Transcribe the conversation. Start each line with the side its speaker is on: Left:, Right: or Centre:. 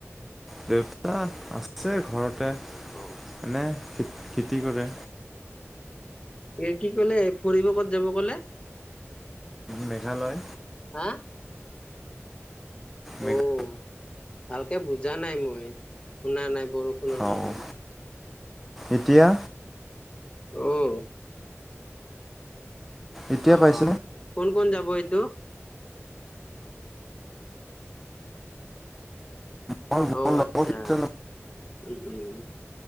Centre: দেউতা আছে ঘৰত তে মানে
Left: অ
Centre: খেতি কৰে
Left: এ, কি ক'লে? ফুৰিব ক'ত যাব ক'লে?
Centre: মেঘালয়।
Left: হা
Centre: মেঘা
Left: অ', ভালকে বুজা নাই মই, শুনা নাই বৰষুণৰ
Centre: অঁ
Left: কাৰণে।
Centre: এতিয়া
Left: অ'
Centre: এতিয়া
Left: অ
Centre: পাইছেনে?
Left: অ কোন, কোন যাব এইটো?
Centre: মোৰ মোৰ
Left: অ',
Centre: লগৰ
Left: আতচ্ছা
Centre: কেইটা
Left: উম, উম